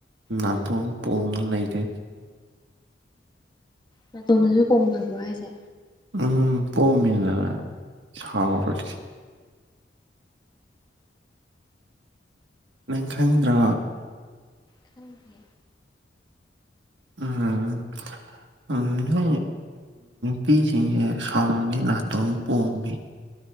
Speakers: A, on the right; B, on the left.
A: ꯅꯥꯇꯣꯟ
B: ꯎꯝ
A: ꯄꯣꯝꯅ ꯂꯩꯗꯣꯏꯅꯦ
B: ꯃꯇꯣꯝꯗꯁꯨ ꯀꯣꯝꯕ꯭ꯔꯣ ꯍꯥꯏꯁꯦ
A: ꯎꯝ ꯄꯣꯝꯃꯤꯗꯅ ꯁꯥꯎꯔꯣꯏꯁꯤ ꯅꯈꯪꯗ꯭ꯔ
B: ꯑꯗꯨꯨꯡꯗꯤ
A: ꯎꯝ ꯑ ꯎ ꯅꯨ ꯄ ꯁꯅꯤ ꯅꯅꯥꯇꯣꯟ ꯄꯃꯤ